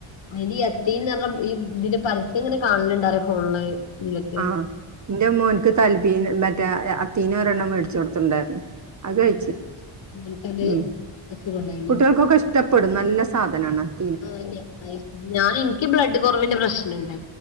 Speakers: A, on the left; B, on the right.
A: ഇത് അത്രയും ഈ ഇതിന്റെ പര്യം ഇങ്ങനെ കാണലുണ്ടറേ ഫോണില് ഇതിലൊക്കെ
B: ആഹ് എന്റെ മോൻക്ക് തല്പ്പി മറ്റേ അത്തീന ഒരെണ്ണം മേടിച്ചു കൊടുത്തിണ്ടായിരുന്നു അത്
A: ഉം.
B: കഴച്ച്
A: എനിക്കത്
B: ഉം
A: സുഖണ്ടായിനി
B: കുട്ടികൾക്കൊക്കെ ഇഷ ഇഷ്ടപ്പെടും നല്ല സാധനമാണ്
A: ആഹ് ഞാൻ എനിക്ക് ബ്ലഡ് കുറവിന്റെ പ്രശ്നംണ്ട്